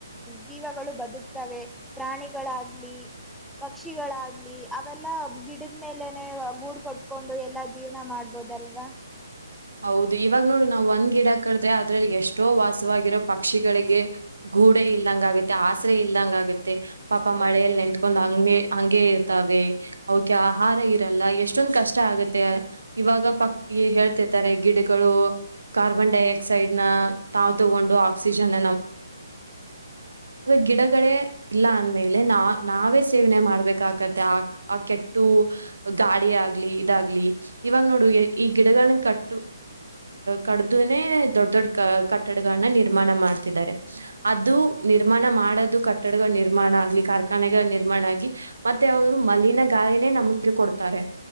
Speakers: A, in the centre; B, on the right.
A: ಜೀವ ಬದುಕ್ತವೆ ಪ್ರಾಣಿಗಳಾಗ್ಲಿ ಪಕ್ಷಿಗಳಾಗ್ಲಿ ಅವೆಲ್ಲಾ ಗಿಡದ್ಮೇಲೆನೆ ಗೂಡ್ ಕೊಟ್ಕೊಂಡು ಎಲ್ಲಾ ಜೀವನ ಮಾಡ್ಬೋದು ಹೌದಲ್ವಾ
B: ಹೌದು ಇವಾಗ ನೋಡು ನಾವ್ ಒಂದ್ ಗಿಡ ಕಡಿದ್ರೆ ಅದ್ರಲ್ಲಿ ಎಷ್ಟೋ ವಾಸವಾಗಿರೋ ಪಕ್ಷಿಗಳಿಗೆ ಗೂಡೆ ಇಲ್ದಂಗ ಆಗುತ್ತೆ ಆಸರೆೆ ಇಲ್ದಂಗ ಆಗತ್ತೆ ಪಾಪ ಮಳೆಯಲ್ಲಿ ನೆತ್ಕೊಂಡ ಹಂಗೆ ಹಂಗಗೆ ಇರ್ತಾವೆ ಅವಕ್ಕೆ ಆಹಾರ ಇರಲ್ಲ ಎಷ್ಟೊಂದ ಕಷ್ಟ ಆಗುತ್ತೆ ಇವಾಗ ಪ ಹೇಳ್ತೇ ತ್ತಾರೆ ಗಿಡಗಳು ಕಾರ್ಬನ್ ಡೈಆಕ್ಸೈಡ್ ನ ತಾವ್ ತಗೊಂಡು ಆಕ್ಸಿಜನ್ ಗಿಡಗಳೇ ಇಲ್ಲ ಅಂದ್ಮೇಲೆ ನಾ ನಾವೇ ಸೇವನೆ ಮಾಡ್ಬೇಕಾಗತ್ತೆ ಆ ಆ ಕೆಟ್ಟು ಗಾಡಿ ಆಗ್ಲಿ ಇದಾಗಲಿ ಇವಾಗ ನೋಡು ಈ ಗಿಡಗಳನ್ನ ಕಟ್ಟ ಕ ಕಡುಧೆನೆ ದೊಡ್ಡ ದೊಡ್ಡ ಕ ಕಟ್ಟಡಗಳನ್ನ ನಿರ್ಮಾಣ ಮಾಡ್ತಿದ್ದಾರೆ ಅದು ನಿರ್ಮಾಣ ಮಾಡದು ಕಟ್ಟಡಗಳ ನಿರ್ಮಾಣ ಆಗ್ಲಿ ಕಾರ್ಖಾನೆಗಳ ನಿರ್ಮಾಣ ಆಗಲಿ ಮತ್ತೆ ಅವರು ಮಲಿನ ಗಾಳಿನೇ ನಮಗೆ ಕೊಡ್ತಾರೆ